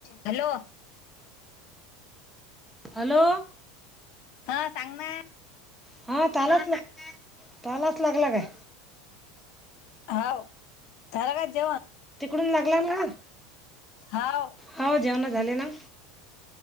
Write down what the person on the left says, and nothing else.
hello
ह सांग ना
होव रा का जेवण
हव